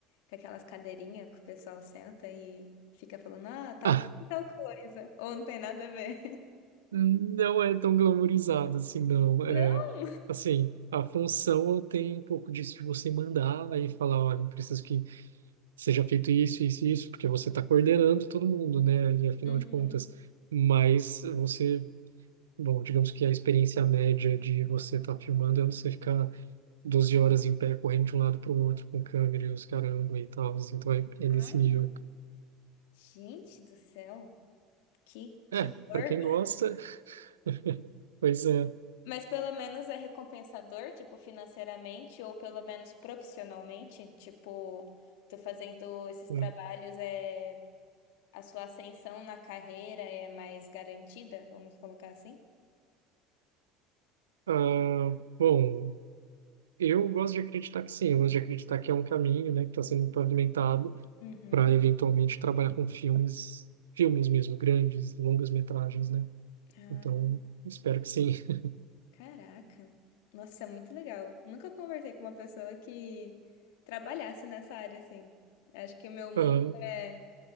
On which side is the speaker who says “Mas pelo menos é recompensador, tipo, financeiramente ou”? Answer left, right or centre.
Left